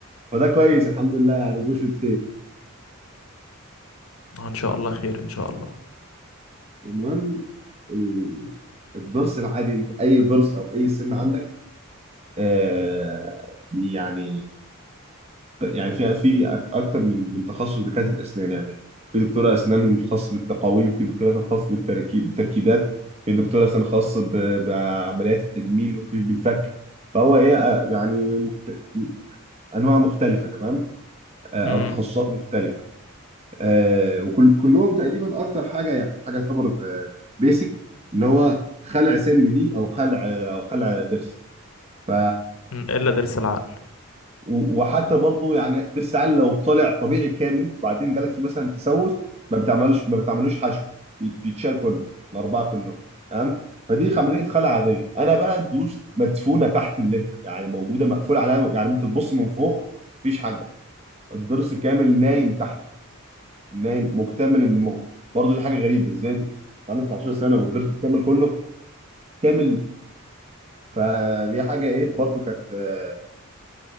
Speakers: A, on the right (about 30°); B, on the left (about 70°).
A: فده كويس الحمد لله يعني بشرة خير
B: آه، ان شاء الله خير ان شاء الله
A: المهم ال- الضرس العادي انت اي ضرس او اي سن عندك آه يعني يعني في في أك- اكتر من من تخصص دكاتره الاسنان يعني في دكتوره اسنان خاص بالتقاويم في دكتوره اسنان خاص بالتركيب بالتركيبات في دكتوره اسنان خاص ب- بعمليات التجميل وفي بالفك فهو ايه آه، يعني مخت... انواع مختلفه تمام آه،
B: امم
A: او تخصصات مختلفه آه وكل كلهم تقريبا اكتر حاجه يعني حاجه تعتبر آه بيسك اللي هو خلع سن دي او خلع او خلع ضرس ف
B: إمم، الا ضرس العقل
A: و- وحتى برضو يعني ضرس عال لو طلع طبيعي كامل وبعدين جالك فيه مثلا تسوس ما بتعملوش ما بتعملوش حشو بيت- بيتشال كله الاربعه كلهم تمام فدي عمليه خلع عاديه انا بقى الضروس مدفونه تحت اللثه يعني موجوده مقفول عليها يعني انت تبص من فوق مفيش حاجه الضرس كامل نايم تحت نايم مكتمل النمو برضه دي حاجه غريبه ازاي انت عندك 19 سنه والضرس الكامل كله كامل فدي حاجه ايه برضه كانت آه،